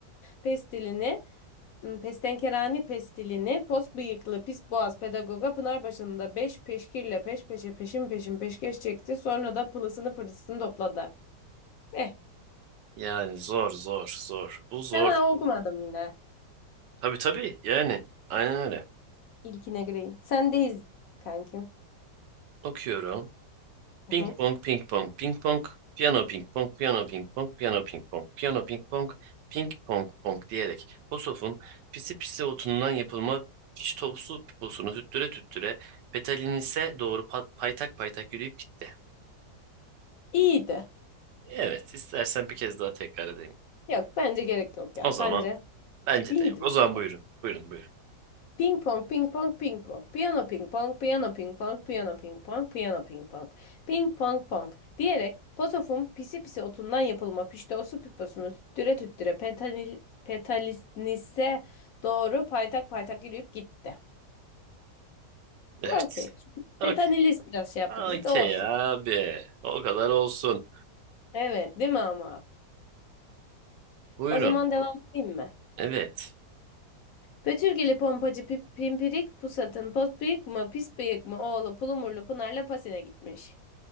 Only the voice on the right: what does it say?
Yani zor zor zor. Bu zor.
Tabii tabii yani aynen öyle.
Okuyorum.
Ping
pong, ping pong, ping pong, piyano ping pong, piyano ping pong, piyano ping pong, piyano ping pong, ping pong pong diyerek Posof'un pisi pisi otundan yapılma piştovsu piposunu tüttüre tüttüre Petalinis'e doğru pa- paytak paytak yürüyüp gitti.
Evet, istersen bir kez daha tekrar edeyim.
O zaman
bence
de yok. O zaman
buyurun, buyurun, buyurun.
Evet,
okey.
Okey
abi, o kadar olsun.
Buyurun,
evet.